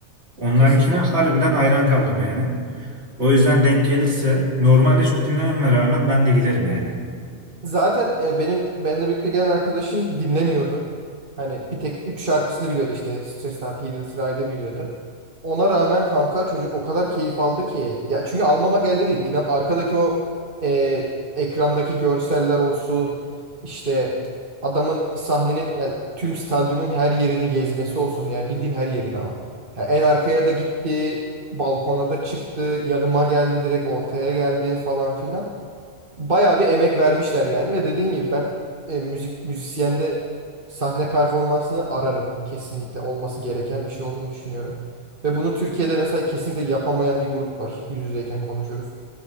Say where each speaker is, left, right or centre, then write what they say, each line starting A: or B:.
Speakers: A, on the right (about 65°); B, on the right (about 50°).
A: Onlarınkine
B: Kesinlikle.
A: harbiden hayran kaldım yani. O yüzden denk gelirse normalde çok dinlememe rağmen ben de giderim yani.
B: Zaten e, benim benimle birlikte gelen arkadaşım dinlemiyordu. Hani bir tek 3 şarkısını biliyordu işte. Stressed Out, Hidden Ride'ı biliyordu. Ona rağmen kanka çocuk o kadar keyif aldı ki. Ya çünkü almamak elde değil. İnan arkadaki o e, ekrandaki görseller olsun. işte adamın sahnenin yani tüm stadyumun her yerini gezmesi olsun. Yani bildiğin her yerini ama. Yani en arkaya da gitti. Balkona da çıktı. Yanıma geldi direkt ortaya geldi falan filan bayağı bir emek vermişler yani ve dediğin gibi ben e, müzik müzisyende sahne performansını ararım. Kesinlikle olması gereken bir şey olduğunu düşünüyorum. Ve bunu Türkiye'de mesela kesinlikle yapamayan bir grup var. Yüz yüzeyken konuşuyoruz.